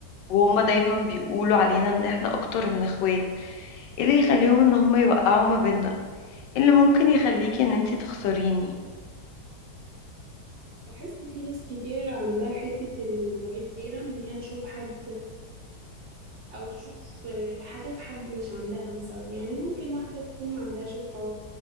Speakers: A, on the left (about 85°); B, on the right (about 45°).
A: وهما دايما بيقولوا علينا ان احنا اكتر من اخوات ايه اللي يخليهم ان هما يوقعوا ما بيننا إيه اللي ممكن يخليكي ان انتي تخسريني
B: بحس في ناس كتير عندها حتة الغيرة من ان هي تشوف حد او تشوف آه، حاجة في حد مش عندها مثلا يعني ممكن واحدة تكون ما عندهاش صحاب